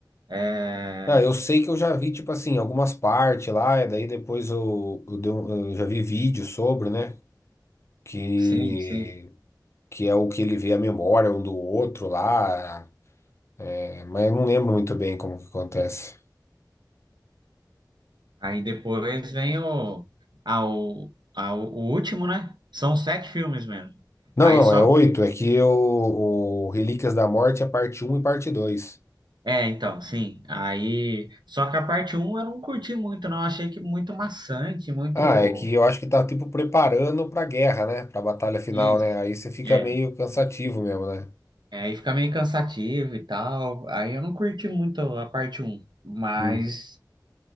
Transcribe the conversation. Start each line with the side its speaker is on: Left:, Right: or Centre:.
Right: É,
Left: Ah, eu sei que eu já vi, tipo assim, algumas partes lá, e daí depois eu, eu, dei um- eu já vi vídeo sobre, né? Que,
Right: sim, sim.
Left: que é o que ele vê a memória um do outro lá. É, mas eu não lembro muito bem como que acontece.
Right: Aí depois vem o ah, o, ah, o o último, né? São sete filmes mesmo.
Left: Não,
Right: Aí
Left: não,
Right: só
Left: é oito. É que o, o Relíquias da Morte é parte um e parte 2.
Right: É, então, sim. Aí, só que a parte um eu não curti muito, não. Achei que muito maçante, muito
Left: Ah, é que eu acho que tá tipo preparando pra guerra, né? Pra batalha final,
Right: isso.
Left: né? Aí você fica
Right: É.
Left: meio cansativo mesmo, né?
Right: É, aí fica meio cansativo e tal. Aí eu não curti muito a parte um, mas
Left: Hum.